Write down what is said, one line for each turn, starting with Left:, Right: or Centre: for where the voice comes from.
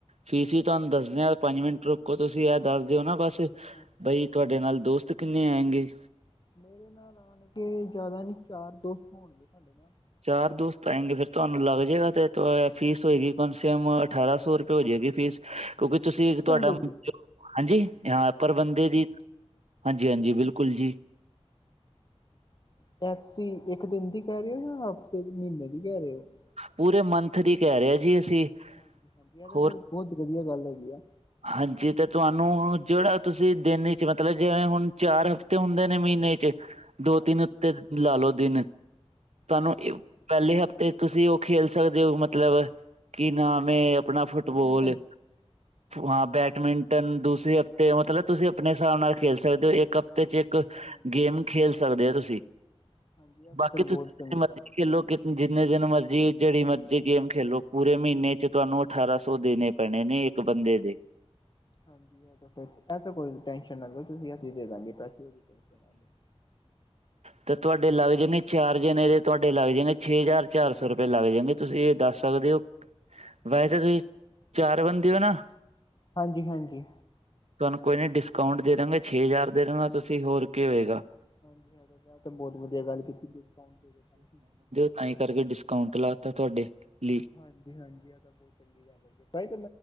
Right: ਫੀਸ ਹੀ ਤੁਹਾਨੂੰ ਦੱਸਦੇ ਪੰਜ ਮਿੰਟ ਰੁਕੋ ਤੁਸੀਂ ਇਹ ਦੱਸ ਦਿਓ ਨਾ ਬਸ।
Left: ਹਾਂਜੀ
Right: ਬਈ
Left: ਹਾਂਜੀ
Right: ਤੁਹਾਡੇ ਨਾਲ ਦੋਸਤ ਕਿੰਨੇ ਆਏੰਗੇ
Left: ਮੇਰੇ ਨਾਲ ਆਣ ਕੇ ਜ਼ਿਆਦਾ ਨਹੀ ਚਾਰ ਦੋਸਤ ਹੋਣਗੇ ਸਾਡੇ ਨਾਲ
Right: ਚਾਰ ਦੋਸਤ ਆਏਂਗੇ ਫੇਰ ਤੁਹਾਨੂੰ ਲੱਗ ਜਾਏਗਾ ਤੇ ਫੀਸ ਹੋਏਗੀ ਕਮ ਸੇ ਕਮ ਅਠਾਰਾਂ ਸੌ ਰੁਪਏ ਹੋ ਜਾਏਗੀ ਫੀਸ ਕਿਉਂਕਿ ਤੁਸੀਂ
Left: ਇੱਕ
Right: ਤੁਹਾਡਾ
Left: ਬੰਦੇ
Right: <unintelligible>
Left: ਦੀ
Right: ਹਾਂਜੀ ਹਾਂ ਪਰ ਬੰਦੇ ਦੀ ਹਾਂਜੀ- ਹਾਂਜੀ ਬਿਲਕੁਲ ਜੀ
Left: ਟੈਕਸੀ ਇੱਕ ਦਿਨ ਦੀ ਕਹਿ ਰਹੇ ਹੋ ਜਾਂ ਹਫ਼ਤੇ ਮਹੀਨੇ ਦੀ ਕਹਿ ਰਹੇ ਹੋ
Right: ਪੂਰੇ ਮੰਥ ਦੀ ਕਹਿ ਰਹੇ ਜੀ ਅਸੀਂ
Left: ਹਾਂਜੀ- ਹਾਂਜੀ ਇਹ ਤਾਂ
Right: ਹੋਰ
Left: ਫਿਰ ਬਹੁਤ ਵਧੀਆ ਗੱਲ ਹੈਗੀ ਆ
Right: ਹਾਂਜੀ ਤੇ ਤੁਹਾਨੂੰ ਜਿਹੜਾ ਤੁਸੀਂ ਦਿਨ 'ਚ ਮਤਲਬ ਜਿਵੇਂ ਹੁਣ ਚਾਰ ਹਫ ਤੇ ਹੁੰਦੇ ਨੇ ਮਹੀਨੇ 'ਚ ਦੋ
Left: ਹਾਂਜੀ
Right: ਤਿੰਨ ਉੱਤੇ
Left: ਹਾਂਜੀ
Right: ਲਾ ਲਓ ਦਿਨ, ਤੁਹਾਨੂੰ
Left: ਹਾਂਜੀ ਹਾਂਜੀ
Right: ਪਹਿਲੇ ਹਫ਼ਤੇ ਤੁਸੀਂ ਉਹ ਖੇਲ ਸਕਦੇ ਹੋ, ਮਤਲਬ ਕਿ ਨਾਮ ਏ ਅਪ ਆਪਣਾ ਫੁੱਟਬੋਲ
Left: ਬੈਡਮਿੰਟਨ ਹਾਂਜੀ
Right: ਹਾਂ ਬੈਡਮਿੰਟ ਦੂਸਰੇ ਹਫ਼ਤੇ ਮਤਲਬ, ਤੁਸੀਂ ਆਪਣੇ ਹਿਸਾਬ ਨਾਲ ਖੇਲ ਸਕਦੇ ਹੋ, ਇੱਕ ਹਫ਼ਤੇ 'ਚ ਇੱਕ
Left: ਹਾਂਜੀ
Right: ਗੇਮ
Left: ਹਾਂਜੀ
Right: ਖੇਲ ਸਕਦੇ ਔ ਤੁਸੀਂ
Left: ਹਾਂਜੀ ਇਹ ਤਾਂ
Right: ਬਾਕੀ
Left: ਫਿਰ ਬਹੁਤ
Right: ਤੁਸੀਂ
Left: ਚੰਗੀ
Right: ਜੇ ਮਰਜੀ
Left: ਗੱਲ ਹੈ ਜੀ
Right: ਖੇਲੋ ਕਿ ਜਿੰਨੇ ਦਿਨ ਮਰਜ਼ੀ ਜਿਹੜੀ ਮਰਜ਼ੀ ਗੇਮ ਖੇਲੋ, ਪੂਰੇ ਮਹੀਨੇ 'ਚ ਤੁਹਾਨੂੰ ਅਠਾਰਾਂ ਸੌ ਦੇਣੇ ਪੈਣੇ ਨੇ ਇੱਕ ਬੰਦੇ ਦੇ
Left: ਹਾਂਜੀ ਇਹ ਤਾਂ ਫੇਰ ਇਹ ਤਾਂ ਕੋਈ ਟੈਨਸ਼ਨ ਨਾ ਲਓ ਤੁਸੀ ਅਸੀ ਦੇ ਦਾਂਗੇ ਪੈਸੇ <unintelligible> <inaudible>
Right: ਤੇ ਤੁਹਾਡੇ ਲੱਗ ਜਾਨੇ ਚਾਰ ਜਨੇ ਦੇ ਤੁਹਾਡੇ ਲੱਗ ਜਾਦੇ ਛੇ ਹਜ਼ਾਰ ਚਾਰ ਸੌ ਰੁਪਏ ਲੱਗ ਜਾਨੇ ਤੁਸੀਂ ਇਹ ਦੱਸ ਸਕਦੇ ਓ, ਵੈਸੇ ਤੁਸੀਂ ਚਾਰ ਬੰਦੇ ਹੋ ਨਾ।
Left: ਹਾਂਜੀ -ਹਾਂਜੀ।
Right: ਤੁਹਾਨੂੰ ਕੋਈ ਨੀ ਡਿਸਕਾਊਂਟ ਦੇ ਦੇਦਾਂਗੇ ਛੇ ਹਜ਼ਾਰ ਦੇ ਦਾਂਗਾ ਤੁਸੀਂ ਹੋਰ ਕੀ ਹੋਏਗਾ।
Left: ਹਾਂਜੀ ਹਾਂ ਐਹ ਬਹੁਤ ਵਧੀਆ ਗੱਲ ਕੀਤੀ ਡਿਸਕਾਊਂਟ ਦੇ ਕੇ ਸਾਨੂੰ
Right: ਤਾਂਂਹੀ ਕਰਕੇ ਡਿਸਕਾਊਂਟ ਲਾਤਾ ਤੁਹਾਡੇ ਲਈ
Left: ਹਾਂਜੀ - ਹਾਂਜੀ ਆਹ ਤਾਂ ਬਹੁਤ ਚੰਗੀ ਗੱਲ ਹੈਗੀ ਤਾਂਹੀ